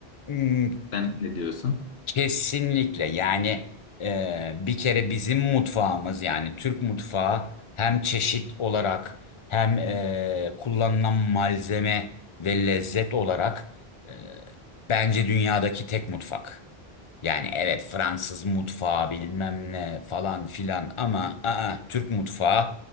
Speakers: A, on the left (about 40°); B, on the left (about 80°).
A: Hmm,
B: Sen ne diyorsun?
A: Kesinlikle yani e, bir kere bizim mutfağımız yani Türk mutfağı hem çeşit olarak hem e, kullanılan malzeme ve lezzet olarak e, bence dünyadaki tek mutfak. Yani evet Fransız mutfağı bilmem ne falan filan ama aa, Türk mutfağı